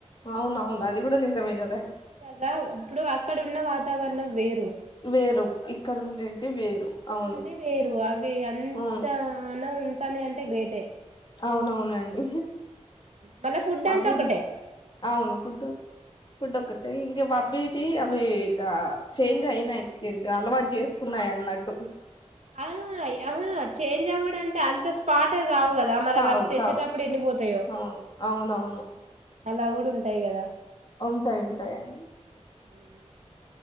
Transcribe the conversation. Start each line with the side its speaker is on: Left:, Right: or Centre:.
Left: అవున్ అవున్ అది కూడా నీజమే గదా
Right: కదా ఇప్పుడు అక్కడున్న వాతావరణం వేరు
Left: వేరు ఇక్కడ ఉండేది వేరు
Right: ఇక్కడ
Left: అవును
Right: ఉంది వేరు అవి అంత
Left: అవును
Right: <unintelligible> ఉంటాన్నయి అంటే గ్రేటే
Left: అవునవునండి
Right: మళ్ళ ఫుడ్
Left: అవి
Right: అంతా ఒకటే
Left: అవును ఫుడ్ ఫుడ్ ఒకటే ఇంగా మమ్మిది ఆమె చేంజ్ అయినాయి ఇంక అలవాటు చేసుకున్నాయి అన్నట్టు
Right: ఆ ఆ చేంజ్ అవ్వడుంటే అంత స్పాట్ కావు కదా మరి
Left: కావు
Right: వాళ్ళు తెచ్చేటప్పుడు
Left: కావు
Right: ఎన్ని పోతాయో
Left: అవును అవునవును
Right: అలా గుడా ఉంటయి కదా
Left: ఉంటయి ఉంటాయండి
Right: ఉ